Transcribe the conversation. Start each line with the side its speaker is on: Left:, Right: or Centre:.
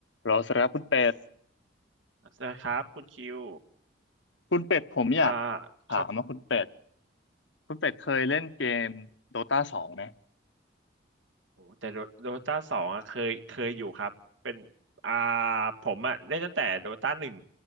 Left: เราสำหรับคุณเป็ด
Right: นะครับคุณคิว
Left: คุณเป็ดผมอยาก
Right: อ่า
Left: ถามว่าคุณเป็ด
Right: ครับ
Left: คุณเป็ดเคยเล่นเกมโดตาสองไหม
Right: โอ้แต่โดตาสองอะเคยเคยอยู่ครับเป็นอ่าผมอะเล่นตั้งแต่โดตาหนึ่ง